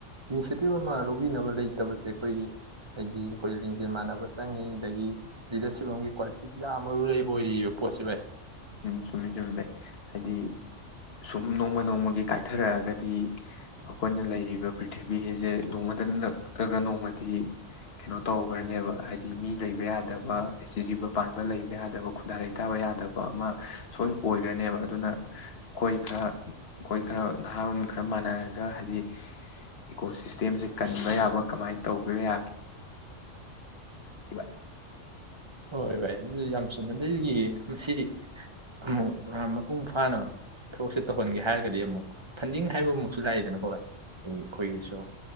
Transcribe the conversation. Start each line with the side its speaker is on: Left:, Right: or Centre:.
Right: ꯏꯅꯤꯁꯦꯇꯤꯚ ꯑꯃ ꯂꯧꯕꯤꯅꯕ ꯂꯩ ꯂꯩꯇꯕꯁꯦ ꯑꯩꯈꯣꯏꯒꯤ ꯍꯥꯏꯗꯤ ꯑꯩꯈꯣꯏ ꯂꯤꯡꯖꯦꯜ ꯃꯥꯟꯅꯕ ꯆꯪꯉꯤ ꯑꯗꯒꯤ ꯂꯤꯗꯔꯁꯤꯞ ꯑꯃꯒꯤ ꯀ꯭ꯋꯥꯂꯤꯇꯤ ꯌꯥꯝ ꯃꯔꯨ ꯂꯣꯏ ꯑꯣꯏꯔꯤꯌꯦꯕ ꯄꯣꯠꯁꯦ ꯕꯥꯏ ꯫
Left: ꯎꯝ ꯆꯨꯝꯃꯤ ꯆꯨꯝꯃꯤ ꯚꯥꯏ ꯍꯥꯏꯗꯤ ꯁꯨꯝ ꯅꯣꯡꯃ ꯅꯣꯡꯃꯒꯤ ꯀꯥꯏꯊꯔꯛꯑꯒꯗꯤ ꯑꯩꯈꯣꯏꯅ ꯂꯩꯔꯤꯕ ꯄ꯭ꯔꯤꯊꯤꯕꯤꯁꯦ ꯅꯣꯡꯃꯗ ꯅꯠꯇ꯭ꯔꯒ ꯅꯣꯡꯃꯗꯤ ꯀꯩꯅꯣ ꯇꯧꯈ꯭ꯔꯅꯦꯕ ꯍꯥꯏꯗꯤ ꯃꯤ ꯂꯩꯕ ꯌꯥꯗꯕ ꯖꯤꯕ ꯄꯥꯟꯕ ꯂꯩꯕ ꯌꯥꯗꯕ ꯈꯨꯟꯗꯥ ꯂꯩꯇꯥꯕ ꯌꯥꯗꯕ ꯑꯃ ꯁꯣꯏ ꯑꯣꯏꯈ꯭ꯔꯅꯦꯕ ꯑꯗꯨꯅ ꯑꯩꯈꯣꯏ ꯈꯔ ꯑꯩꯈꯣꯏ ꯈꯔ ꯅꯍꯥꯔꯣꯟ ꯈꯔ ꯃꯥꯟꯅꯔ ꯍꯥꯏꯗꯤ ꯏꯀꯣꯁꯤꯁ ꯁꯇꯦꯝꯁꯦ ꯀꯟꯕ ꯌꯥꯕ ꯀꯃꯥꯏ ꯇꯧ <unintelligible> <unintelligible> ꯕꯥꯏ
Right: ꯍꯣꯏ ꯚꯥꯏ ꯑꯗꯨ ꯌꯥꯝ ꯆꯨꯝꯃꯤ ꯃꯁꯤ ꯑꯃꯨꯛ ꯃꯄꯨꯡ ꯐꯥꯅ ꯊꯕꯛꯁꯦ ꯇꯧꯍꯟꯒꯦ ꯍꯥꯏꯔꯒꯗꯤ ꯑꯃꯨꯛ ꯐꯟꯗꯤꯡ ꯍꯥꯏꯕ ꯃꯨꯛꯁꯨ ꯂꯥꯛꯑꯦꯗꯅꯀꯣ ꯚꯥꯏ ꯎꯝ ꯑꯩꯈꯣꯏꯒꯤꯁꯨ